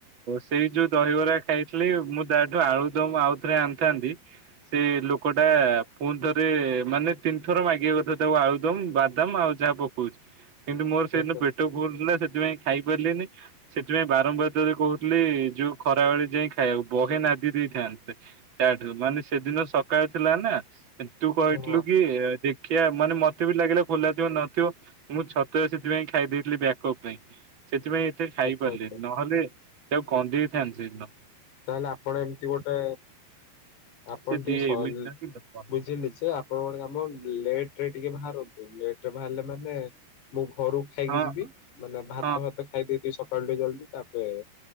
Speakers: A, on the right; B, on the left.
A: ସେଇ ଯୋଉ ଦହିବରା ଖାଇଥିଲି ମୁଁ ତାଠୁ ଆଳୁଦମ ଆଉ ରେ ଆଣିଥାନ୍ତି ସେ ଲୋକଟା ପୁଣି ଥରେ ମାନେ ତିନି ଥର ମାଗିବା କଥା ତାକୁ ଆଉ। ବାଦାମ ଆଉ ଯାହା ପକଉଛି କିନ୍ତୁ ମୋର ସେଇଦିନ
B: ଆଚ୍ଛା
A: ପେଟ ଭୁଲ ଥିଲା ସେ ସେଥିପାଇଁ ଖାଇ ପାରିଲିନି ସେଥିପାଇଁ ବାରମ୍ବାର ତର କହୁଥିଲି ଯୋଉ ଖରାବେଳେ ଯାଇ ଖାଇବାକୁ ବହେ ନା ଦେଇଥାନ୍ତେ ତାଠୁ ମାନେ ସେଦିନ ସକାଳ ଥିଲା ନା? ତୁ କହିଥିଲୁ
B: ହଁ
A: କି ଦେଖିବା ମାନେ ମତେ ତେ ବି ଲାଗିଲା ଖୋଲା ଥିବ ନଥିବ ମୁଁ ଛତୁଆ ସେଥିପାଇଁ ଖାଇ ଦେଇଥିଲି ବ୍ୟାକଅପ୍ ପାଇଁ। ସେଥିପାଇଁ ଏତେ ଖାଇ
B: ଆଚ୍ଛା
A: ପାରିଲିନି
B: ଆଚ୍ଛା
A: ନହେଲେ ତାକୁ କନ୍ଦେଇଥାନ୍ତି ସେଇଦିନ
B: ତାହେଲେ ଆପଣ ଏମିତି ଗୋଟେ ଆପଣ
A: ସେ ଦିଏ
B: ଟିକେ ସ
A: ଏମିତି ନୁହଁ କି ଦବନି
B: ବୁଝିଲେ ଯେ ଆପଣଙ୍କ କାମ ଲେଟ <unintelligible> ବାହାରିଲେ ମାନେ ମୁଁ ଘରକୁ ଖାଇକି
A: ହଁ
B: ଯିବି ମାନେ ଭାତ
A: ହଁ
B: ଭାତ ଖାଇ ଦେଇଥିବି ସ ଜଲଦି ତାପରେ